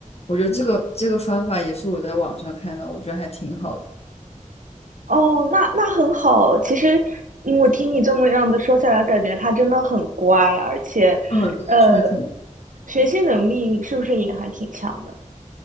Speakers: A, on the left; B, on the right.
A: 我觉得这个这个方法也是我在网上看到，我觉得还挺好的。
B: 哦，那那很好。其实嗯我听你这么样子说下来，感觉他真的很乖，而且，
A: 嗯，对，
B: 呃，
A: 确实挺，
B: 学习能力是不是也还挺强的？